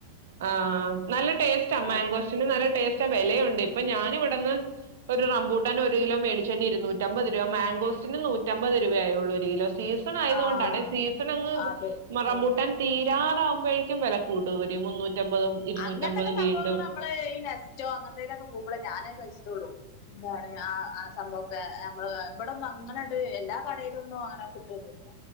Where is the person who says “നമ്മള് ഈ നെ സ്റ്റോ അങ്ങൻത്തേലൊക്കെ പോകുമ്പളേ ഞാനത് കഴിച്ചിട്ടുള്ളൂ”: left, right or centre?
Left